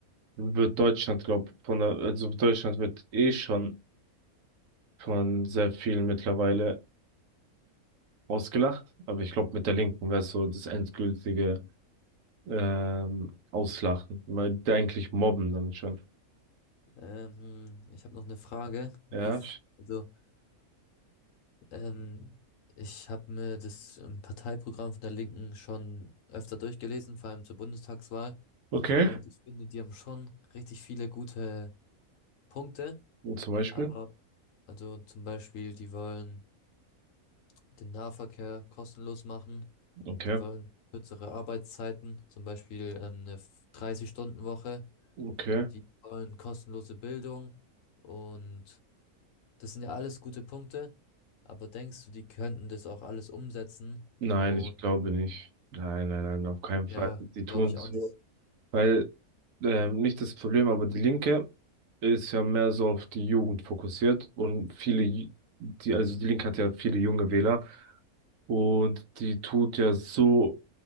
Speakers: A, on the right (about 65°); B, on the left (about 65°).
A: wird Deutschland, glaub, von der, also Deutschland wird eh schon von sehr vielen mittlerweile ausgelacht. Aber ich glaube, mit der Linken wäre so das endgültige ähm, Auslachen. Mal eigentlich mobben dann schon.
B: ähm, ich habe noch eine Frage. Wie,
A: Ja.
B: f- also, ähm, ich habe mir das ähm, Parteiprogramm von der Linken schon öfter durchgelesen, vor allem zur Bundestagswahl.
A: Okay.
B: Und ich finde, die haben schon richtig viele gute Punkte.
A: Zum Beispiel.
B: Aber, also zum Beispiel, die wollen den Nahverkehr kostenlos machen.
A: Okay.
B: Die wollen kürzere Arbeitszeiten, zum Beispiel ähm, eine 30-Stunden-Woche.
A: Okay.
B: Die wollen kostenlose Bildung. Und das sind ja alles gute Punkte. Aber denkst du, die könnten das auch alles umsetzen?
A: Nein,
B: Und
A: ich glaube nicht. Nein, nein, nein, auf keinen
B: ja,
A: Fall. Die tun
B: glaube ich
A: so,
B: auch nicht.
A: weil ähm, nicht das Problem, aber die Linke ist ja mehr so auf die Jugend fokussiert und viele, Ju- die, also die Linke hat ja viele junge Wähler und die tut ja so